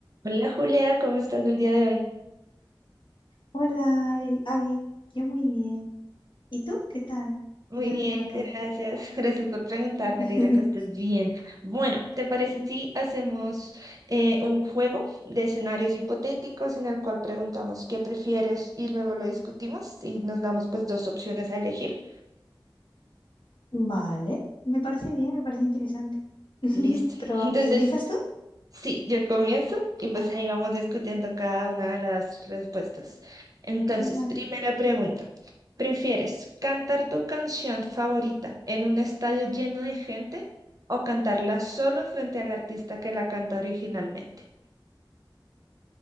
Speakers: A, on the right; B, on the left.
A: Hola Julia, ¿cómo estás el día de hoy?
B: Hola, Ari, Adi. yo muy bien. ¿Y tú? ¿Qué tal?
A: Muy
B: ¿Qué tal
A: bien,
B: te va todo?
A: gracias. <laughs> Gracias por preguntarme,
B: <laughs>
A: me alegra que estés bien. Bueno, ¿te parece si hacemos eh, un juego de escenarios hipotéticos en el cual preguntamos qué prefieres y luego lo discutimos y nos damos pues dos opciones a elegir?
B: Vale, me parece bien, me parece interesante. <laughs>
A: Listo.
B: Pero
A: <laughs>
B: vamos,
A: Entonces,
B: ¿empiezas tú?
A: Sí, yo comienzo y
B: Vale,
A: pues ahí vamos discutiendo cada una de las respuestas. Entonces,
B: vale.
A: primera pregunta. ¿Prefieres cantar tu canción favorita en un estadio lleno de gente o cantarla solo frente al artista que la canta originalmente?